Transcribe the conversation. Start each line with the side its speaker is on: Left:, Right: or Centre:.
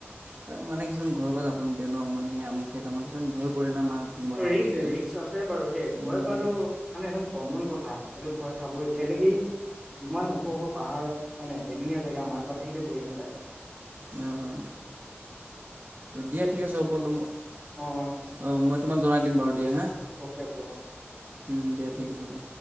Right: তাৰ মানে কিছুমান ঘৰৰ পৰা যাব নিদিয়ে ন মানে আমুকে-তামুকে কিছুমান ভয় কৰে না মাক বা
Centre: ৰিস্ক,
Right: বাপেকে
Centre: ৰিস্ক আছে বাৰু দেই ভয়
Right: উম
Centre: খোৱাটো মানে একদম কমন কথা। সেইটো ভয় খাবই কেলে কি ইমান ওখ-ওখ পাহাৰত, হয় নে? এদিনীয়া জেগা মাক বাপেকহঁতে গৈ নাপায়।
Right: অঁ। দিয়া ঠিক আছে <unintelligible>
Centre: অ অ
Right: অঁ মই তোমাক জনাই দিম বাৰু দিয়া হা।
Centre: অকে-অকে অ।
Right: উম, দিয়া ঠিক আছে বাৰু।